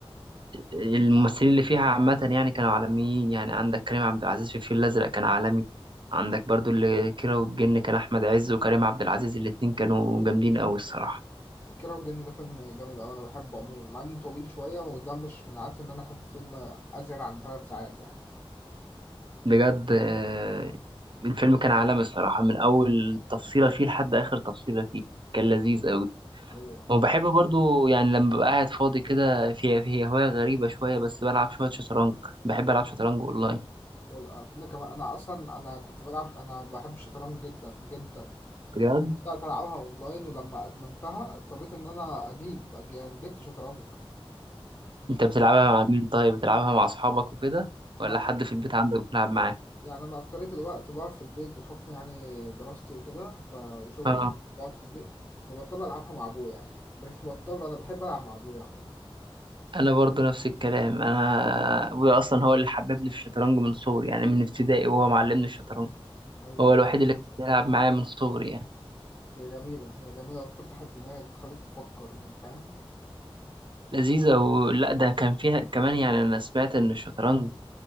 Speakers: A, on the right; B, on the left.
A: الممثلين اللي فيها عامة يعني كانوا عالميين يعني عندك كريم عبد العزيز في الفيل الأزرق كان عالمي عندك برضو اللي كيرة والجن كان أحمد عز وكريم عبد العزيز الاتنين كانوا جامدين أوي الصراحة
B: كيرة والجن ده فيلم جامد اوي انا بحبه عموما مع انه طويل شويه وده مش من عادتي ان انا احب فيلم ازيد عن ثلاث ساعات يعني
A: بجد آه، الفيلم كان عالمي الصراحة من أول تفصيلة فيه لحد آخر تفصيلة فيه كان لذيذ أوي
B: ايوه أيوه
A: وبحب برضو يعني لما ببقى قاعد فاضي كده في في هواية غريبة شوية بس بلعب شوية شطرنج بحب ألعب شطرنج أونلاين
B: وال- آه، انا كمان انا اصلا انا كنت بلعب انا بحب الشطرنج جدا جدا
A: بجد
B: انا بدات العبها اونلاين ولما ادمنتها اضطريت ان انا اجيب أج- جبت شطرنج
A: أنت بتلعبها مع مين طيب بتلعبها مع أصحابك وكده ولا
B: لا
A: حد في البيت عندك بتلعب معاه
B: يعني أنا أكترية الوقت بقعد في البيت بحكم يعني دراستي وكده ف... وشغلي
A: اه
B: بقعد في البيت فبضطر ألعبها مع أبويا يعني مش بضطر أنا بحب ألعب مع أبويا عموما
A: أنا برضو نفس الكلام أنا أبويا أصلا هو اللي حببني في الشطرنج من صغري يعني من ابتدائي وهو معلمني الشطرنج
B: أيوه
A: هو الوحيد اللي كان بيلعب معايا من صغري يعني
B: هي جميلة هي جميلة بتفتح الدماغ تخليك تفكر يعني فاهم
A: لذيذة ولا ده كان فيها كمان يعني أنا سمعت إن الشطرنج